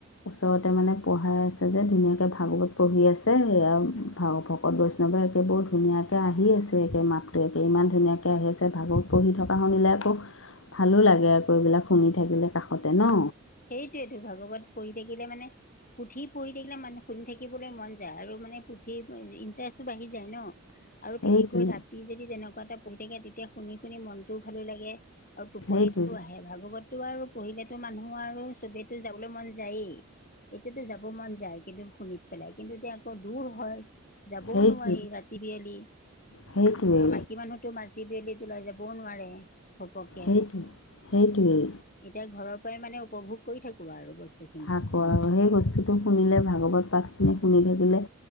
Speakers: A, on the left; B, on the left.
A: ওচৰতে মানে পঢ়াই আছে যে, ধুনীয়াকে ভাগৱত পঢ়ি আছে এই আৰু ভা ভকত বৈষ্ণৱে একে বৰু ধুনীয়াকে আহি আছে একে মাতটো একে, ইমান ধুনীয়াকে আহি আছে ভাগৱত পঢ়ি থকা শুনিলে আকৌ ভালো লাগে আকৌ এইবিলাক শুনি থাকিলে কাষতে ন।
B: সেইটোৱেতো, ভাগৱত পঢ়ি থাকিলে মানে পুথি পঢ়ি থাকিলে মানুহ শুনি থাকিবলৈ মন যায় আৰু মানে পুথি ই ইণ্টাৰেষ্টটো বাঢ়ি যায় ন। আৰু
A: সেইটোৱে
B: বিশেষকৈ ৰাতি যদি তেনেকুৱা এটা পঢ়ি থাকে, তেতিয়া শুনি- শুনি মনটোও ভালেই লাগে। আৰু টোপনিটো
A: সেইটোৱে
B: আহে, ভাগৱতটো আৰু পঢ়িলেতো মানুহ আৰু চবেতো যাবলে মন যায়েই, এতিয়াতো যাব মন যায়, কিন্তু শুনি পেলাই, কিন্তু এতিয়া আকৌ দূৰ হয়, যাবও
A: সেইটোৱে
B: নোৱাৰি ৰাতি বিয়লি।
A: সেইটোৱে
B: আৰু
A: সেইটোৱে
B: মাইকী মানুহতো মাতি বিয়লিত ওলাই যাবও নোৱাৰে। ঘপককে,
A: সেইটো সেইটোৱেই
B: এতিয়া ঘৰৰ পৰাই মানে উপভোগ কৰি থাকোঁ আৰু বস্তুখিনি।
A: আকৌ আৰু সেই বস্তুটো শুনিলে, ভাগৱত পাঠখিনি শুনি থাকিলে